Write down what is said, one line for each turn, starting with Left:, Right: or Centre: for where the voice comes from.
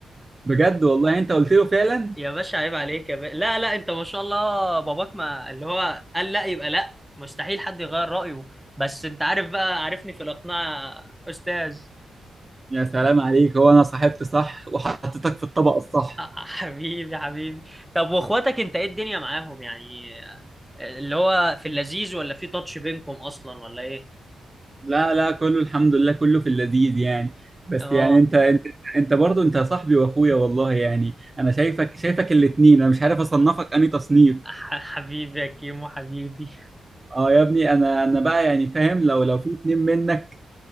Right: بجد والله يعني انت قلت له فعلا
Centre: يا باشا عيب عليك يا باشا لا لا انت ما شاء الله باباك ما اللي هو قال لا يبقى لا مستحيل حد يغير رأيه بس انت عارف بقى عارفني في الاقناع استاذ
Right: يا سلام عليك هو انا صاحبت صح وحطيتك في الطبق الصح
Centre: <laughs> حبيبي حبيبي طب واخواتك انت ايه الدنيا معاهم يعني اللي هو في اللذيذ ولا في تاتش بينكم اصلا ولا ايه
Right: لا لا كله الحمد لله كله في اللذيذ يعني بس
Centre: اه
Right: يعني انت انت انت برضه انت صاحبي واخويا والله يعني انا شايفك شايفك الاتنين انا مش عارف اصنفك انهي تصنيف
Centre: ح- حبيبي يا كيمو حبيبي
Right: اه يا ابني انا انا بقى يعني فاهم لو لو في اتنين منك